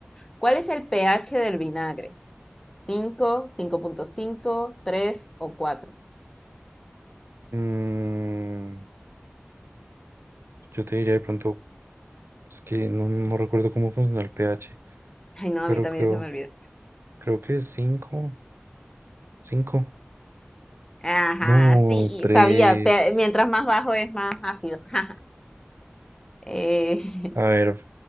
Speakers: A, on the left (about 15°); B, on the right (about 85°).
A: ¿Cuál es el pH del vinagre? cinco cinco punto cinco 3 o cuatro
B: Mm, yo te diría de pronto, es que no, no recuerdo cómo funciona el pH,
A: Ay, no, a
B: pero
A: mí también
B: creo,
A: se me olvidó.
B: creo que es cinco, cinco.
A: Ajá,
B: no,
A: sí,
B: tres.
A: sabía, pe- mientras más bajo es más ácido. <laughs> Jaja. Eh, <laughs>
B: A ver,